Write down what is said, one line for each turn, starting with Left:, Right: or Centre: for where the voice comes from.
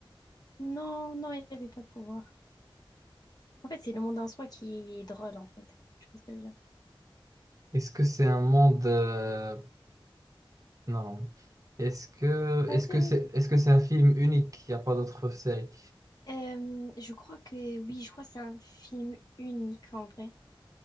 Left: Non, non, il n'avait pas de pouvoir. En fait, c'est le monde en soi qui est drôle, en fait. Je pense que je veux dire.
Right: Est-ce que c'est un monde... euh, Non. non. Est-ce que,
Left: Vas-y,
Right: est-ce que
Left: vas
Right: c'est, est-ce que c'est un film unique? Il n'y a pas d'autre série.
Left: Euh, je crois que oui, je crois que c'est un film unique, en vrai.